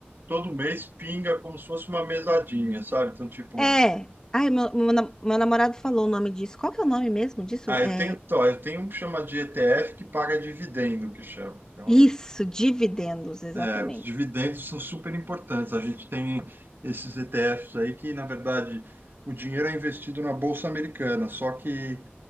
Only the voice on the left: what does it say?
É. Ai, meu, meu, nam- meu namorado falou o nome disso. Qual que é o nome mesmo disso?
É,
isso, dividendos, exatamente.